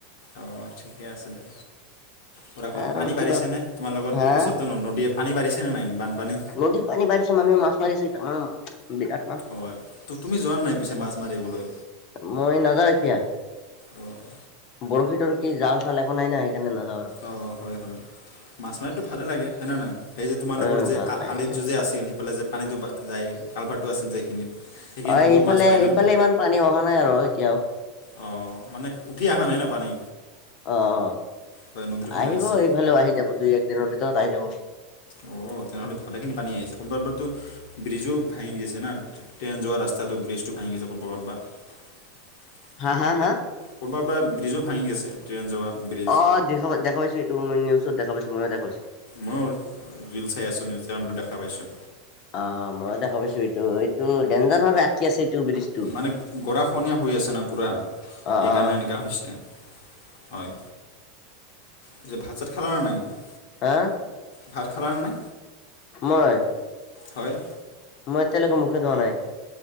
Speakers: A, on the left; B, on the left.
A: অ ঠিকে আছে দে কৰা কৰা
B: আৰু
A: পানী
B: কিবা
A: বাঢ়িছেনে তোমালোকৰ
B: হা
A: ওচৰত নদীয়ে পানী বাঢ়িছে নাই বানপানী
B: নদীৰ পানী বাঢ়িছে মানুহ মাছ মাৰিছে তামাম বিৰাত
A: হয় তু তুমি যোৱা নাই পিছে মাছ মাৰিবলৈ
B: মই নাযাওঁ এতিয়া
A: অঁ
B: বৰশী টৰশী জাল চাল একো নাই না সেইকাৰণে নাযাওঁ আৰু
A: অ হয় হয় মাছ মাৰিতো ভালেই লাগে হয় নে নহয় সেই যে তোমালোকৰ
B: উম
A: যে
B: ভাল
A: আ
B: লাগে
A: আলিটোৰ যে আছিল সেইফালে যে পানীটো যায় কালভাৰটো আছিল যে সেইখিনিত সেইখিনিত
B: অ
A: বহুত
B: সেইফালে
A: মাছ পায় ন?
B: সেইফালে ইমান পানী অহা নাই আৰু এতিয়াও
A: অ মানে উঠি অহা নাই ন পানী
B: অ অ
A: হয় নদীৰ ফালে
B: আহিব
A: আছে।
B: সেই ফালেও আহি যাব দুই এক দিনৰ ভিতৰত আহি যাব
A: অ তেনেহ'লে ভালেখিনি পানী আহিছে কোনোবাৰ কোনোবাটো ব্ৰিজো ভাঙি গৈছে না ট্ৰেইন যোৱা ৰাস্তাটো ব্ৰিজটো ভাঙি গৈছে কতবা কতবা <inaudible>
B: হা হা হা
A: কতবাৰ কতবাৰ ব্ৰিজো ভাঙি গৈছে ট্ৰেইন যোৱা ব্ৰিজ
B: অ দেখ দেখা পাইছোঁ এইটো মই নিউজত দেখা পাইছো ময়ো দেখা পাইছো
A: মই ৰিল চাই আছোঁ ইনষ্টাগ্ৰামটো দেখা পাইছোঁ
B: অ মই দেখা পাইছো এইটো এইটো ডেনজাৰ ভাৱে আঁকি আছে এইটো ব্ৰিজটো
A: মানে গৰাখহনীয়া হৈ আছে না পূৰা সেইকাৰণে
B: অ অ
A: এনেকুৱা হৈছে হয় পিছে ভাত চাত খালা নে নাই
B: হা
A: ভাত খালা নে নে
B: মই
A: হয়
B: মই এতিয়ালৈকে মুখে ধুৱা নাই।